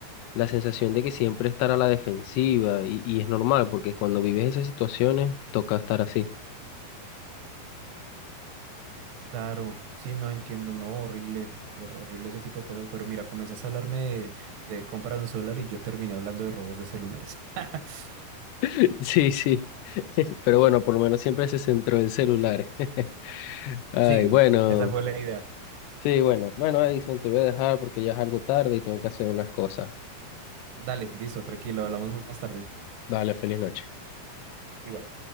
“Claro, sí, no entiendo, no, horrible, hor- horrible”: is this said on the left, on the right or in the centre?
Right